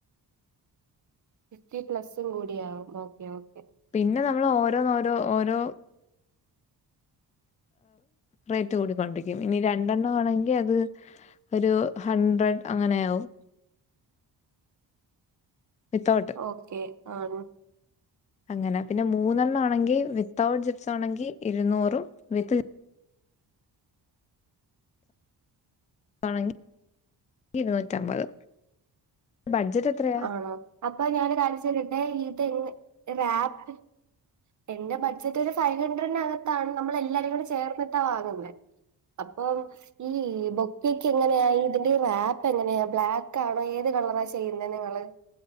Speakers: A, on the right; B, on the left.
A: ഫിഫ്റ്റി പ്ലസ്സും കൂടിയാവും ഓക്കെ ഓക്കെ
B: പിന്നെ നമ്മൾ ഓരോന്നോരോ ഓരോ- റേറ്റ് കൂടിക്കൊണ്ടിരിക്കും ഇനി രണ്ടെണ്ണആണെങ്കി അത് ഒരു ഹഡ്രഡ് അങ്ങനെയാവും വിത്തൗട്ട്
A: ഓക്കെ <unintelligible>
B: അങ്ങനെ പിന്നെ മൂന്നെണ്ണാണെങ്കി വിത്തൗട്ട് ജിപ്സാണെങ്കി ഇരുന്നൂറും വിത്ത് ജി താണെങ്കി ഇരുന്നൂറ്റമ്പത് ബഡ്ജറ്റ് എത്രയാ
A: ആണോ അപ്പൊ ഞാന് ഒരു കാര്യം ചോയികടെ ഇതെങ്ങ ആപ്പ് എന്റെ ബഡ്ജറ്റ് ഒരു ഫൈവ്ഹൺഡ്രഡിനകത്താണ് നമ്മളെല്ലാരും കൂടെ ചേർന്നിട്ടാ വാങ്ങുന്നെ അപ്പൊ ഈ ബൊക്കെയൊക്കെങ്ങനെയാ ഇതിന്റെ റാപ്പെങ്ങനെയാ ബ്ലാക്കാണോ ഏത് കളറാ ചെയ്- പിന്നെ നിങ്ങള്